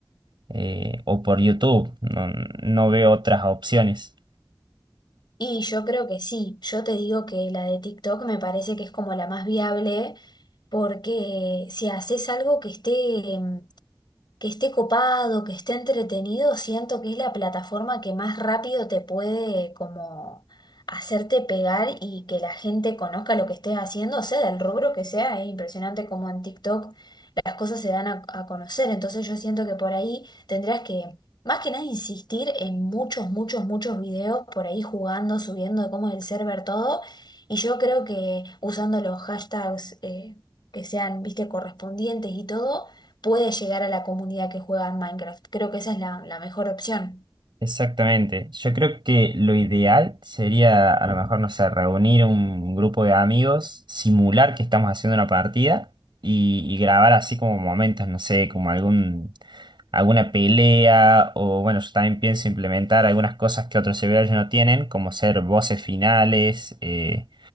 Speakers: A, on the right; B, on the left.
A: eh, o por YouTube. No, no veo otras opciones.
B: Y yo creo que sí, yo te digo que la de TikTok me parece que es como la más viable porque si haces algo que esté, em, que esté copado, que esté entretenido, siento que es la plataforma que más rápido te puede como hacerte pegar y que la gente conozca lo que estés haciendo, sea del rubro que sea, es impresionante como en TikTok las cosas se dan a, a conocer, entonces yo siento que por ahí tendrías que... Más que nada insistir en muchos, muchos, muchos videos por ahí jugando, subiendo de cómo es el server, todo. Y yo creo que usando los hashtags eh, que sean, viste, correspondientes y todo, puede llegar a la comunidad que juega en Minecraft. Creo que esa es la, la mejor opción.
A: Exactamente. Yo creo que lo ideal sería, a lo mejor, no sé, reunir un grupo de amigos, simular que estamos haciendo una partida y, y grabar así como momentos, no sé, como algún, alguna pelea o bueno, yo también pienso implementar algunas cosas que otros servidores no tienen, como ser voces finales, eh,